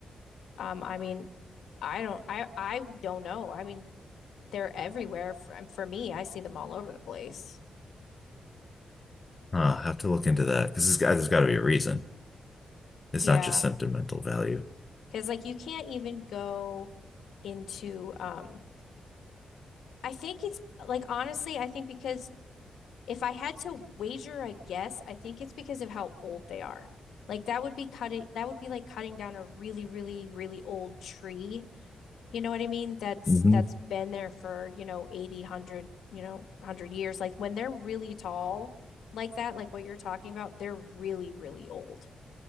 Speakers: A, on the left; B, on the left.
A: Um I mean, I don't I I don't know. I mean, they're everywhere for, for me. I see them all over the place.
B: Huh, I'll have to look into that because there's got to be a reason. It's
A: Yeah.
B: not just sentimental value.
A: Because like you can't even go into um I think it's like honestly, I think because If I had to wager a guess, I think it's because of how old they are. Like that would be cutting that would be like cutting down a really, really, really old tree. You know what I mean? That's
B: Mhm.
A: that's been there for, you know, 80, one hundred, you know, 100 years. Like when they're really tall like that, like what you're talking about, they're really, really old.